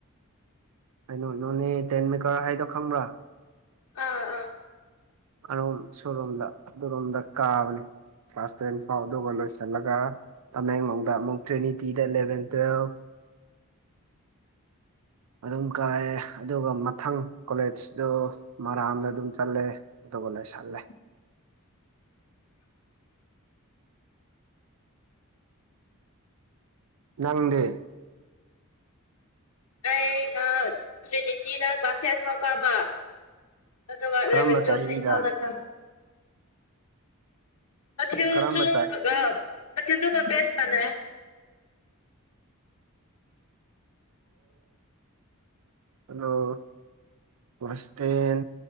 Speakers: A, on the right; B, on the left.
A: ꯀꯩꯅꯣ ꯅꯣꯅꯦ ꯇꯦꯟꯃꯤꯀꯔ ꯍꯥꯏꯗꯣ ꯈꯪꯕ꯭ꯔꯥ
B: ꯑꯥ ꯑꯥ
A: ꯑꯣꯝ ꯁꯂꯣꯝꯗ ꯑꯗꯨꯔꯣꯝꯗ ꯀꯥꯕꯅꯦ ꯀ꯭ꯂꯥꯁ ꯇꯦꯟ ꯐꯥꯎ ꯑꯗꯨꯒ ꯂꯣꯏꯁꯤꯜꯂꯒ ꯇꯃꯦꯡꯂꯣꯡꯗ ꯑꯃꯨꯛ ꯇ꯭ꯔꯤꯅꯤꯇꯤꯗ ꯏꯂꯚꯦꯟ ꯇꯨꯋꯦꯜꯐ ꯑꯗꯨꯝ ꯀꯥꯏꯑꯦ ꯑꯗꯨꯒ ꯃꯊꯪ ꯀꯣꯂꯦꯖꯇ ꯃꯔꯥꯝꯅ ꯑꯗꯨꯝ ꯆꯠꯂꯦ ꯇ ꯂ ꯆꯜ ꯂꯦ
B: ꯎꯝ
A: ꯅꯪꯗꯦ
B: ꯑꯩꯅ ꯇ꯭ꯔꯤꯅꯤꯇꯤꯗ ꯀ꯭ꯂꯥꯁ ꯇꯦꯟ ꯐꯥꯎ ꯀꯥꯕ ꯑꯗꯨ ꯋꯥꯠꯂꯦꯕꯦ
A: ꯀꯔꯝꯕ
B: ꯆꯣꯝꯅ
A: ꯆꯍꯤꯗ
B: ꯏꯝꯐꯥꯜꯗ ꯆ ꯄ ꯆꯨꯒ
A: ꯀꯔꯝꯕ ꯆꯥꯏ
B: ꯑ ꯄ ꯆꯨꯒ ꯄꯦꯆ ꯃꯅꯥꯏ
A: ꯑꯣ ꯋꯥꯁꯇꯦꯟ